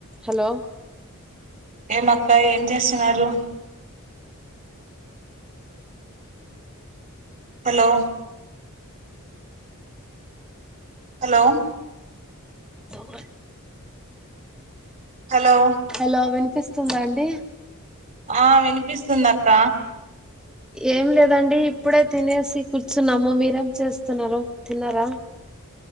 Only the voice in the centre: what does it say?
హలో
దోర్
హలో విన్ పిస్తుందా అండి
ఏం లేదండి ఇప్పుడే తినేసి కూర్చున్నాము మీరేం చేస్తున్నారు తిన్నారా